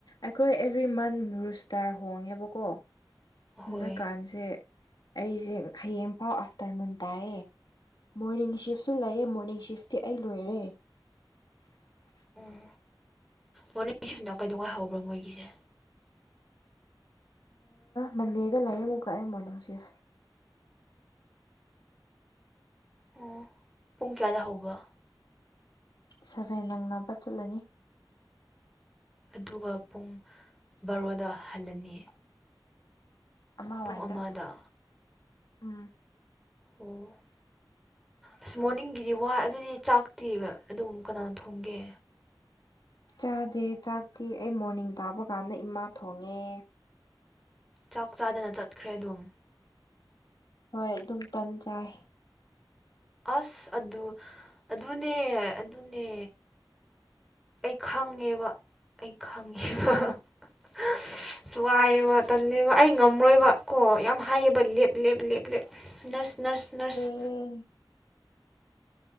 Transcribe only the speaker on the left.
ꯑꯩꯈꯣꯏ ꯑꯦꯕ꯭ꯔꯤ ꯃꯟ ꯔꯨꯁꯇꯥꯔ ꯍꯣꯡꯉꯦꯕꯀꯣ ꯍꯟꯗꯛꯀꯥꯟꯁꯦ
ꯑꯩꯁꯦ ꯍꯌꯦꯡꯐꯥꯎ ꯑꯥꯐꯇꯔꯅꯨꯟ ꯇꯥꯏꯑꯦ ꯃꯣꯔꯅꯤꯡ ꯁꯤꯐꯁꯨ ꯂꯩꯑꯦ ꯃꯣꯔꯅꯤꯡ ꯁꯤꯐꯇꯤ ꯑꯩ ꯂꯣꯏꯔꯦ
ꯃꯟꯗꯦꯗ ꯂꯩꯥꯛꯌꯦꯦ ꯑꯃꯨꯛ ꯀꯛꯑꯦ ꯃꯣꯔꯅꯤꯡ ꯁꯤꯐ
ꯁꯚꯦꯟ ꯅꯪꯅꯄꯥ ꯆꯠꯂꯅꯤ
ꯑꯃꯥꯡꯋꯥꯏꯗ
ꯎꯝ
ꯆꯥꯗꯦ ꯆꯥꯛꯇꯤ ꯑꯩ ꯃꯣꯔꯅꯤꯡ ꯇꯥꯕ ꯀꯥꯟꯗ ꯏꯃꯥ ꯊꯣꯡꯉꯦ
ꯍꯣꯏ ꯑꯗꯨꯝ ꯇꯟ ꯆꯥꯏ
ꯑꯦ